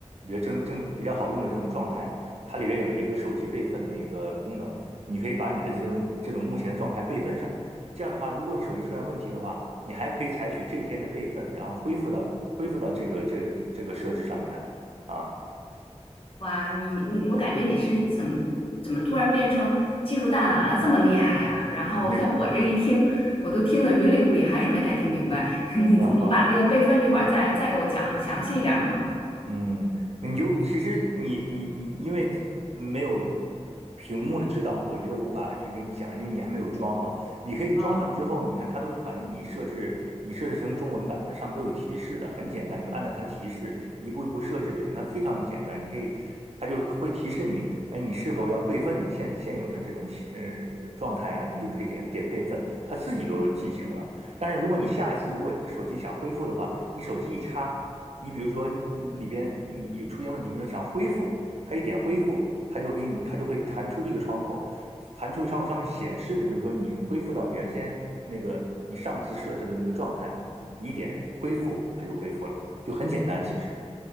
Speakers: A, on the right (about 70°); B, on the left (about 50°).
A: 比较正正比较好用的这种状态，它里边有一个手机备份的一个功能，你可以把你的这种这种目前的状态备份上。这样的话，如果你手机出现问题的话，你还可以采取这一天的备份，然后恢复到恢复到这个这个这个设置上面来啊。
B: 哇，你你我感觉你是怎么怎么突然变成技术大拿了，这么厉害呀？然后像我这一听，
A: 那
B: 我都听得云里雾里，还是没太听明白。<laughs> 你你把那个备份这块儿再再给我讲详细一点儿吗？
A: 啊。<laughs> 好。嗯，那你就其实你你你，因为这没有屏幕的指导，我觉得无法去跟你讲，因为你还没有装嘛。你可以装上之后，
B: 啊，
A: 你看它都是，反正你设置你设置成中文版的，上面都有提示的，很简单，你就按照它的提示一步一步设置就行，它非常简单。你可以，它就会提示你，哎，你是否要备份你现现有的这种呃状态啊？你就可以点点备份，它自己都进行了。但是如果你下一次如果手机想恢复的话，你手机一插。你比如说你嗯里边你有出现问题，你说想恢复，它一点恢复，它就给你它就会弹出一个窗口，弹出一个窗口上面显示的就是说你恢复到原先那个你上一次设置的那个状态，你一点恢复它就恢复了，就很简单其实。